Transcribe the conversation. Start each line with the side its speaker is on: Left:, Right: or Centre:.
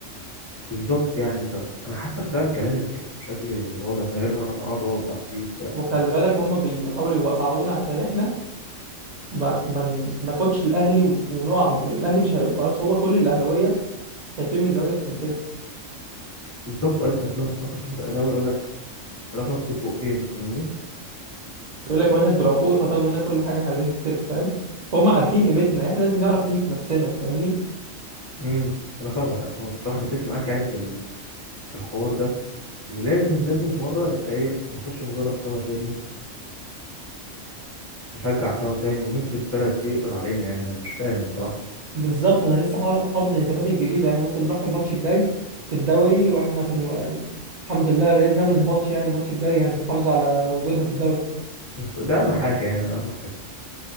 Left: بالظبط يعني أنت أنا حاسك فاهم كلامي يعني بشكل واضح من غير ما أنا أقعد أوضح فيه وبتاع
Right: وخلي بالك هم بيحاولوا يوقعونا عشان احنا ما ما ناخدش الاهلي و- ونقع ب- الاهلي مش هيقوم خلاص هو كل الاهلاويه خايفين من الزمالك عشان كده
Left: بالظبط أنت كل ما تناقش واحد أهلاوي يقول لك لك نفس البقين فاهمني؟
Right: يقول لك يا باشا انتوا لو فوقتوا هتاخدوا منا كل حاجه احنا عايزينكم كده فاهم فهم عارفين قيمتنا احنا لازم نعرف قيمه نفسنا فاهمني
Left: امم أنا فاهمك أنا فاهمك بصراحة متفق معاك يعني في ال- في الحوار ده ولازم لازم في مرة نبقى إيه نخش مدرج سوا تاني نشجع سوا تاني ومين في البلد دي يقدر علينا يعني انا مش فاهم بصراحة
Right: بالظبط انا لسه حاف- حافظ الهتافات الجديده يعني ممكن نروح الماتش الجاي في الدوري واحنا في الم... يعني الحمد لله باذن الله ما نهبطش يعني الماتش الجاي هنحافظ على وجودنا في الدوري
Left: بس ده اهم حاجة يعني اهم حاجة